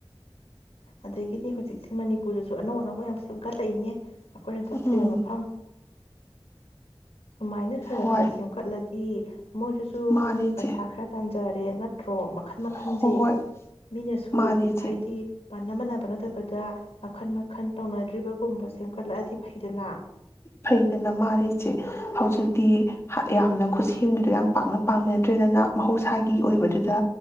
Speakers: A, on the left (about 80°); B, on the left (about 25°).
A: ꯑꯗꯒꯤꯅꯤ ꯍꯧꯖꯤꯛꯁꯦ ꯃꯅꯤꯄꯨꯔꯗꯁꯨ ꯑꯅꯧ ꯑꯅꯧꯕ ꯌꯥꯝ ꯁꯦꯝꯒꯠꯂꯛꯏꯅꯦ꯫ ꯑꯩꯈꯣꯏꯅ ꯆꯠꯇ꯭ꯔꯤꯕ
B: ꯎꯝ
A: ꯃꯐꯝ ꯁꯨꯃꯥꯏꯅ ꯈꯔ
B: ꯍꯣꯏ
A: ꯈꯔ ꯁꯦꯝꯒꯠꯂꯗꯤ ꯃꯣꯏꯗꯨꯁꯨ
B: ꯃꯥꯅꯦ ꯏꯆꯦ
A: ꯄꯩꯁꯥ ꯈꯔ ꯇꯥꯟꯖꯩ ꯀꯔꯦ ꯅꯠꯇ꯭ꯔ ꯍꯣ ꯃꯈꯟ ꯃꯈꯜꯁꯦ
B: ꯍꯣꯏ ꯍꯣꯏ
A: ꯃꯤꯅꯁꯨ
B: ꯃꯥꯅꯦ ꯏꯆꯦ
A: ꯍꯥꯏꯗꯤ ꯃꯥꯟꯅ ꯃꯥꯟꯅꯕ ꯅꯠꯇꯕꯗ ꯃꯈꯟ ꯃꯈꯟ ꯇꯧꯅꯗ꯭ꯔꯤꯕ ꯀꯨꯝꯕ ꯁꯦꯝꯒꯠꯂꯛꯑꯗꯤ ꯐꯩꯗꯅ
B: ꯐꯩꯗꯅ ꯃꯥꯅꯦ ꯏꯆꯦ ꯍꯧꯖꯤꯛꯇꯤ ꯍꯥ ꯌꯥꯝꯅ ꯈꯨꯠꯁꯦꯝꯒꯤꯗꯨ ꯌꯥꯝ ꯄꯥꯛꯅ ꯄꯥꯝꯅꯗ꯭ꯔꯦꯗꯅ ꯃꯍꯧꯁꯥꯒꯤ ꯑꯣꯏꯕꯗꯨꯗ